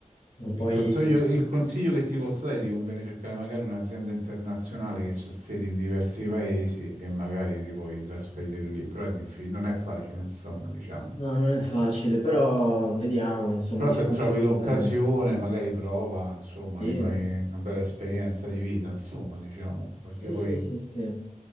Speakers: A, on the left; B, on the right.
A: Non puoi...
B: Il consiglio, il consiglio che ti posso dare è di conviene cercare magari un'azienda internazionale che ha sedi in diversi paesi e magari ti puoi trasferire lì, però è difficile, non è facile, insomma, diciamo.
A: No, non è facile, però vediamo, insomma,
B: Però
A: si
B: se
A: può
B: trovi
A: anche cambiare.
B: l'occasione, magari prova, insomma,
A: Sì,
B: ti fai una bella esperienza di vita, insomma, diciamo, perché
A: sì,
B: poi
A: sì, sì, sì.